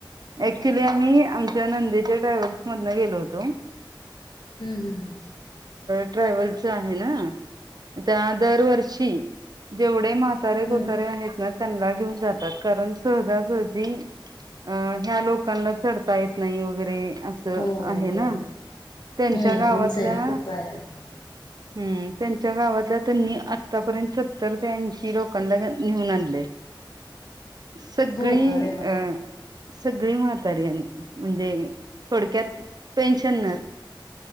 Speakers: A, on the left; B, on the right.
A: हम्म
B: ऍक्च्युली आम्ही आमच्या नंदेच्या ट्रॅव्हल्स मधन गेलो होतो
A: हम्म
B: ॅवल आहे त्या दरवर्षी जेवढ कोतारे कोतारे
A: हम्म
B: आहेत ना त्यांना घेऊन जातात कारण सहजासहजी अ ह्या लोकांना चढता येत नाही वगैरे असं
A: हो हो
B: आहे ना
A: बरोबर
B: त्यांच्या
A: हम्म
B: गावातल्या
A: उंच आहे ना खूप पायऱ्या आहेत
B: हम् त्यांच्या गावातल्या त्यांनी आतापर्यंत सत्तर ते ऐंशी लोकांना नेऊन आणले सगळी
A: हो का अरे
B: अ
A: वा
B: सगळी म्हातारी म्हणजे थोडक्यात पेनशन न